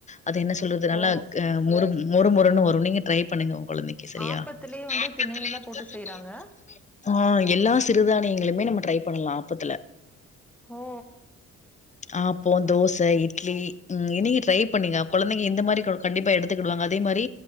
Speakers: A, on the left; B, in the centre.
A: அது என்ன சொல்றது நல்லா
B: ஓ
A: மொறும் மொறு மொறுன்னு வரு நீங்க ட்ரை பண்ணுங்க உ கொழந்தைக்கு செரியா
B: ஆப்பத்திலயே
A: <unintelligible>
B: வந்து திணையெல்லா போட்டு செய்றாங்க
A: ஆ எல்லா சிறுதானியங்க்ளி மே நம்ம ட்ரை பண்லா ஆப்பத்துல
B: ஒ
A: ஆப்போ தோச இட்லி ம் இனியு ட்ரை பண்ணுங்க கொழந்தைங்க இந்த மாரி கோ கண்டிப்பா எடுத்துக்கிடுவாங்க அதே மாரி